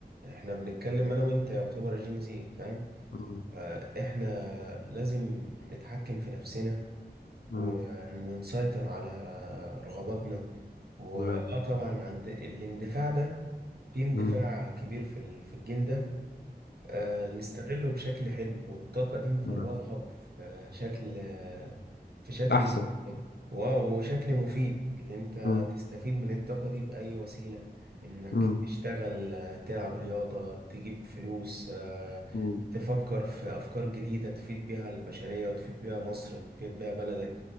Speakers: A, on the right; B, on the left.
A: إحنا بنتكلم أنا وأنت يعتبر جين زي فاهم
B: مم.
A: آه، إحنا لازم نتحكم في نفسنا
B: مم.
A: ون- ونسيطر على رغباتنا وآه
B: مم.
A: طبعا عند الاندفاع ده في اندفاع
B: مم.
A: كبير في ال- في الجيل ده آه، نستغله بشكل حلو والطاقة دي نفرغها
B: مم.
A: في شكل آه، في شكل
B: أحسن
A: صحي واو وشكل مفيد اللي انت
B: مم.
A: تستفيد من الطاقة دي بأي وسيلة انك
B: مم.
A: تشتغل آه، تلعب رياضة تجيب فلوس آه،
B: مم.
A: تفكر في أفكار جديدة تفيد بيها البشرية وتفيد بيها مصر وتفيد بيها بلدك